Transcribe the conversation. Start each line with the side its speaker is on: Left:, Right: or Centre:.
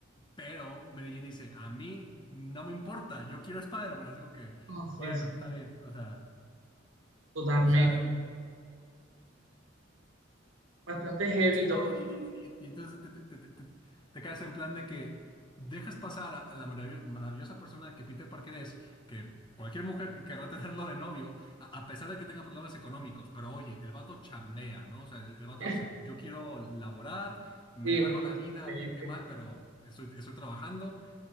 Left: Pero Mary Jane dice, a mí no me importa, yo quiero a Spider-Man. Es como que,
Right: no, sí,
Left: bueno,
Right: sí,
Left: está bien. O sea,
Right: <laughs> totalmente.
Left: o sea,
Right: Bastante heavy
Left: sí,
Right: todo.
Left: ¿no? Y, y- y- y entonces te, te- te- te- te quedas en plan de que dejas pasar a, a la marav- maravillosa persona que Peter Parker es, que cualquier mujer que querrá tenerlo de novio, a, a pesar de que tenga problemas económicos. Pero oye, el vato chambea, ¿no? O sea, el, el vato
Right: <laughs>
Left: dice, yo quiero laborar, me
Right: Sí,
Left: gano
Right: una
Left: la
Right: cosa
Left: vida
Right: increíble.
Left: bien que mal, pero estoy, estoy trabajando.